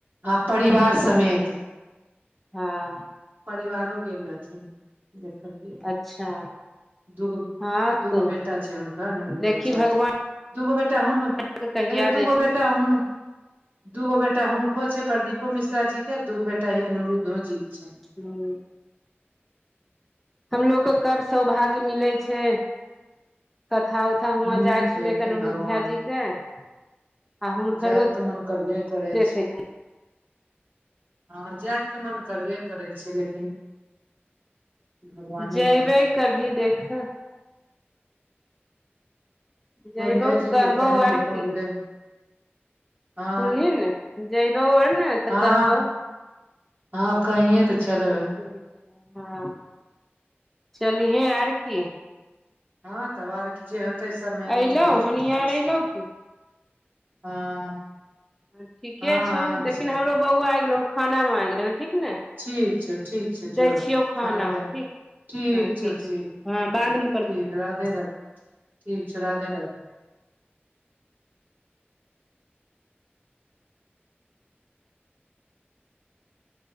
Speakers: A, on the right; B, in the centre.
A: हँ परिवार समेत
B: हँ
A: परिवारो गेल रहथिन देखलियै
B: अच्छा
A: दूगो
B: हँ
A: दूगो
B: तऽ
A: बेटा छै हुनका ने अनरूद्धाचार्यजी
B: देखी भगवान
A: दूगो बेटा हुन अ
B: के कहिया
A: दूगो
B: दै छै
A: बेटा हन दूगो बेटा हुनको छै प्रदीपो मिश्रााजी के दूगो बेटा ई अनरुद्धो जी के छै
B: हूंम्म हमलोग के कब सौभाग्य मिलै छै कथा उथा हुह
A: हूँ
B: जाय
A: देखे
B: सुने के अनुरुध्या
A: भगवान
B: जी के आ हुनकरो
A: जायके तऽ मन करबे करै
B: देखै
A: छै हँ जायके तऽ मन करबे करै छै लेकिन भगवाने
B: जेबै
A: जानथिन
B: कभी देखै
A: कोइ
B: जयबौ
A: लै
B: तऽ
A: जेतै
B: कहबौ
A: तै ने
B: आर
A: यै कोइ
B: की
A: लै हँ
B: सुनली ने जयबौ आर ने तऽ
A: हँ
B: कहबो
A: हँ कहिये
B: ठीक
A: तऽ चलबै
B: हँ चलिहें आर की
A: हँ तब आरके जे होतै सब मैनेज
B: अयलौ
A: हो जतै
B: हनियार अयलौ की
A: हँ
B: ठीके
A: हँ
B: छौ
A: आयल
B: लेकिन
A: छै
B: हमरो बौआ आ गेलौ खाना मांगि आ गेलौ ठीक ने
A: ठीक छै ठीक छै जो
B: दै छियौ
A: खाना दे
B: ठीक
A: ठीक
B: हँ
A: छै ठीक
B: हँ बादमे कर
A: ठ राधे राधे ठीक छ राधे राध